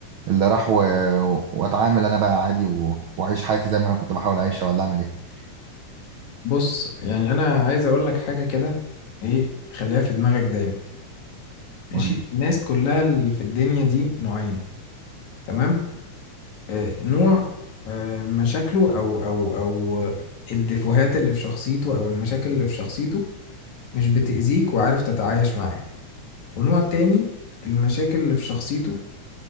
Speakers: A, on the right; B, on the left.
A: اللي راح و... وأتعامل أنا بقى عادي و... وأعيش حياتي زي ما أنا كنت بحاول أعيشها ولا أعمل إيه؟
B: بص يعني انا عايز اقول لك حاجه كده ايه خليها في دماغك دايما ماشي
A: قول لي
B: الناس كلها اللي في الدنيا دي نوعين تمام آه نوع آه مشاكله او او او الدفوهات اللي في شخصيته او المشاكل اللي في شخصيته مش بتأذيك وعارف تتعايش معاها ونوع تاني المشاكل اللي في شخصيته